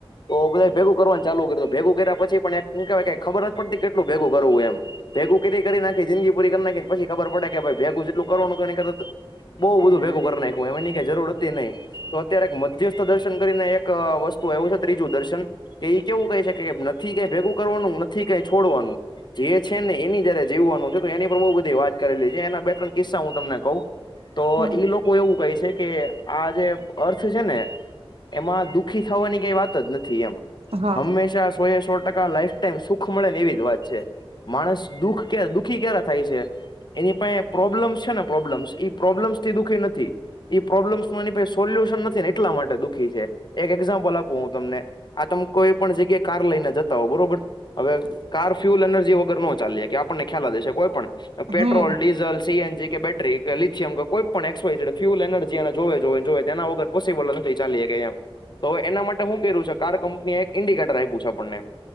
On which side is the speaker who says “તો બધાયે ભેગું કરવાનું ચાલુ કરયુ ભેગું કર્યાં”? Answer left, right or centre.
Left